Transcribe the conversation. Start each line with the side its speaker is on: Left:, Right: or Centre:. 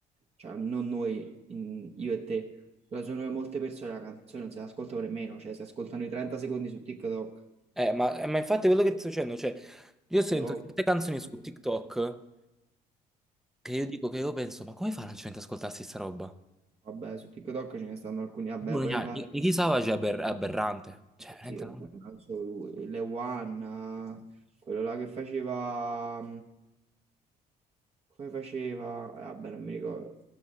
Right: cioè non noi, in- io e te, però secondo me molte persone la canzone non se l'ascoltano nemmeno, cioè si ascoltano i 30 secondi su TikTok.
Centre: Eh, ma, eh, ma infatti quello che ti sto dicendo, cioè, io sento
Right: TikTok,
Centre: certe canzoni su TikTok che io dico che io penso, ma come fa la gente ad ascoltarsi sta roba?
Right: Vabbè, su TikTok ce ne stanno alcuni, vabbè,
Centre: Pure
Right: poi
Centre: Nicki
Right: ma-
Centre: Nicki Savage è aber- aberrante. Cioè, veramente
Right: sì, vabbè,
Centre: no.
Right: non solo lui, Le One, eh, quello là che faceva... Come faceva? Vabbè, non mi ricordo.